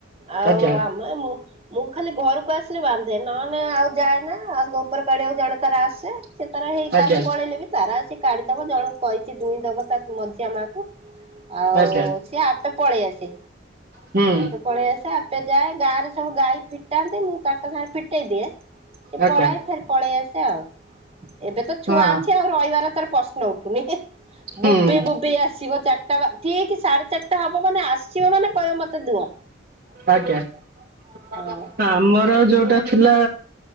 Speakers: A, on the right; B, on the right.
A: ଆଉ
B: ଆଜ୍ଞା
A: ମା ମୁଁ ମୁଁ ଖାଲି ଘରକୁ ଆସିଲେ ବାନ୍ଧେ ନହେଲେ ଆଉ ଯାଏ ନା ଆଉ ଗୋବର କାଢିଆ ଆକୁ ଜଣେ ତାର ଆସେ ସେ ତାର ହେଇ
B: ଆଜ୍ଞା
A: କାଲି ପଳେଇଲେ ବି ତାରା ସେ କାଢିଦବ ଜଣ କହିଛି ଦୁଇଁ ଦବ ତା ମଝିଆ ମା କ ଆଉ
B: ଆଜ୍ଞା
A: ସିଏ ଆପେ ପଳେଇ ଆସେ
B: ହୁଁ
A: ଆପେ ପଳେଇ ଆସେ ଆପେ ଯାଏ ଗାଁରେ ସବୁ ଗାଈ ଫିଟାନ୍ତି ମୁଁ ତାଙ୍କ ସାଙ୍ଗରେ ଫିଟେଇ ଦିଏ ସେ
B: ଆଜ୍ଞା।
A: ପଳାଇଏ ଫେର ପଳେଇ ଆସେ ଆଉ ଏବେ ତ
B: ହଁ
A: ଛୁଆ ଅଛି ଆଉ ରହିବାର ତାର ପଶ ଉଠୁନି
B: ହୁଁ
A: ବୋବେଇ ବୋବେଇ ଆସିବ ଚାରିଟା ବା ଠିକ ସାଢେ ଚାରିଟା ହବ ମାନେ ଆସିବ ମାନେ କହିବ ମତେ ଦୁହଁ
B: ଆଜ୍ଞା
A: ହଁ
B: ଆମର ଯୋଉଟା ଥିଲା